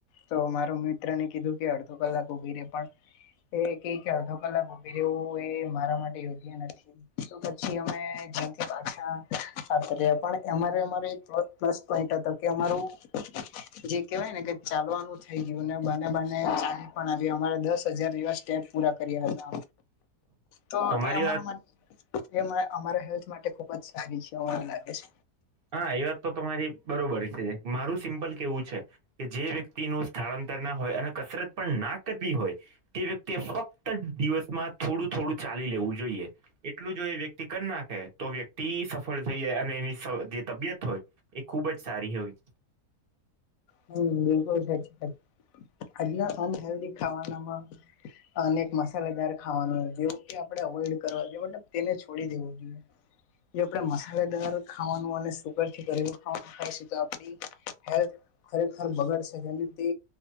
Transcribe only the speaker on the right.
તમારી
વાત
હા એ વાત તો તમારી બરોબર છે મારું સિમ્પલ કેવું છે કે જે વ્યક્તિ ણુ સ્થળાંતર ના હોય અને કસરત પણ ના કરવી હોય. તે વ્યક્તિ ફક્ત દિવસમાં થોડું થોડું ચાલી લેવું જોઈએ એટલું જો એ વ્યક્તિ કરી નાખે તો વ્યક્તિ સફળ થઈ જાય અને એની. જે તબિયત હોય એ ખુબ જ સારી હોય.